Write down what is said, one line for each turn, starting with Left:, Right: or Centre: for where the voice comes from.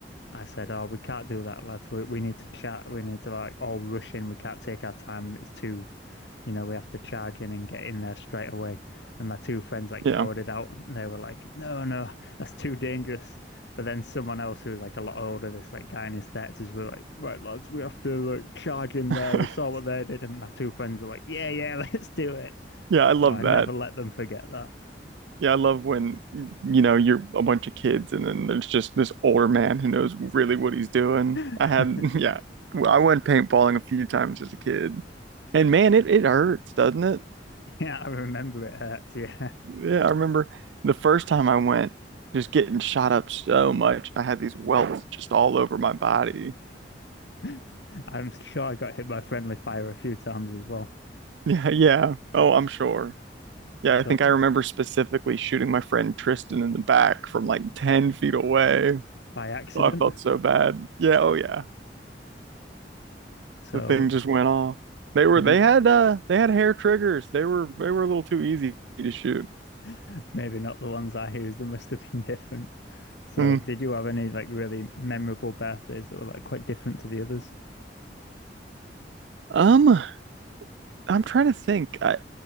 Left: I said, "Oh, we can't do that, lads. We we need to chat. We need to like all rush in. We can't take our time, and it's too." you know, we have to charge in and get in there straight away. And my two friends like
Right: Yeah.
Left: cowered it out. They were like, no, no, that's too dangerous. But then someone else who was like a lot older, this like guy in his thirties, were like, "Right, lads, we have to like charge in
Right: <laughs>
Left: there." We saw what they did, and my two friends were like, "Yeah, yeah, <laughs> let's do it."
Right: Yeah, I
Left: So
Right: love
Left: I never
Right: that.
Left: let them forget that.
Right: Yeah, I love when you know you're a bunch of kids and then there's just this older man who knows really what he's doing.
Left: <laughs>
Right: I had <laughs> yeah, Well, I went paintballing a few times as a kid. And man, it it hurts, doesn't it?
Left: Yeah, I remember it hurt. Yeah,
Right: Yeah, I remember the first time I went just getting shot up so much. I had these welts just all over my body. <laughs>
Left: <laughs> I'm sure I got hit by friendly fire a few times as well.
Right: Yeah, yeah. Oh, I'm sure. Yeah,
Left: So
Right: I think I remember specifically shooting my friend Tristan in the back from like 10 feet away.
Left: by accident.
Right: Oh, I felt so bad. Yeah, oh yeah.
Left: So
Right: The thing just went off. They were
Left: did
Right: they
Left: you?
Right: had uh they had hair triggers. They were they were a little too easy to shoot.
Left: <laughs> Maybe not the ones I used. They must have been different. So
Right: Hmm.
Left: did you have any like really memorable birthdays that were like quite different to the others?
Right: Um, I'm trying to think. I